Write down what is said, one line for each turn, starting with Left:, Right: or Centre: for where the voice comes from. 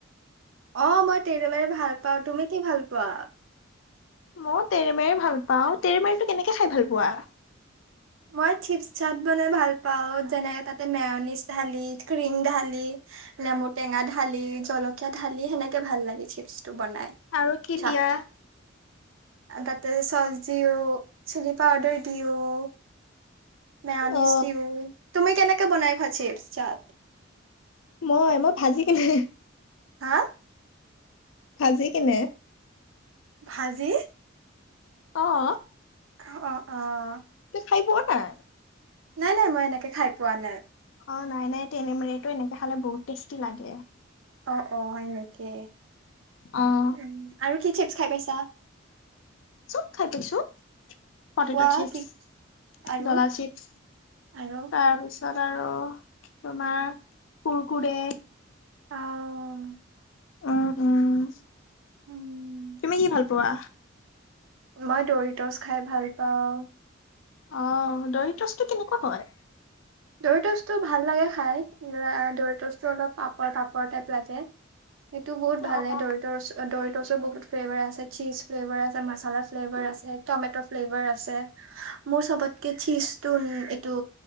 Right: অ মই তেৰে মেৰে ভাল পাওঁ তুমি কি ভাল পোৱা?
Left: মও তেৰেমেৰে ভাল পাওঁ তেৰমেৰেটো কেনেকে খাই ভাল পোৱা?
Right: মই চিপচ চাট বনাই ভাল পাওঁ যেনে তাতে মেউনিছ ঢালি ক্ৰীম ঢালি। নেমু টেঙা ঢালি জলকীয়া ঢালি সেনেকে ভাল লাগে চিপছটো বনাই।
Left: আৰু কি
Right: চাট।
Left: দিয়া?
Right: তাতে চচ দিওঁ, চিলি পাউদাৰ দিওঁ। মেয়নিছ
Left: অ
Right: দিওঁ। তুমি কেনেকে বনাই খোৱা চিপছ্-চাত?
Left: মই? মই ভাজিকিনে।
Right: হা?
Left: ভাজি কিনে।
Right: ভাজি?
Left: অহ।
Right: অ', অ', অ'।
Left: তুমি খাই পোৱা নাই?
Right: নাই, নাই। মই এনেকে খাই পোৱা নাই।
Left: অ', নাই নাই, তেৰেমেৰেটো এনেকে খালে বহুত টেষ্টি লাগে।
Right: অ', অ', হয় নেকি!
Left: অ'।
Right: উম, আৰু কি চিপছ খাই পাইছা?
Left: চব খাই পাইছোঁ। পটেটো
Right: কোৱা
Left: চিপছ,
Right: কি আৰু
Left: জলা চিপছ,
Right: আৰু
Left: তাৰপিছত ত আৰু তোমাৰ, কুৰকুৰে
Right: অউ।
Left: উম, উম।
Right: উম
Left: তুমি কি ভাল পোৱা?
Right: মই দৰিত'চ খাই ভাল পাওঁ।
Left: অ', দৰিত'চটো কেনেকুৱা হয়?
Right: দৰিত'চটো ভাল লাগে খায়। আ-আ-দৰিত'চটো অলপ পাপৰ পাপৰ টাইপ লাগে। সেইটো বহুত
Left: অ
Right: ভাল লাগে,
Left: অ
Right: দৰিত'চ। দৰিত'চৰ বহুত ফ্লেভাৰ আছে, চীজ ফ্লেভাৰ আছে মাচালা ফ্লেভাৰ আছে, টমেট' ফ্লেভাৰ আছে। সা-মোৰ চবতকে চীজটো ন- এইটো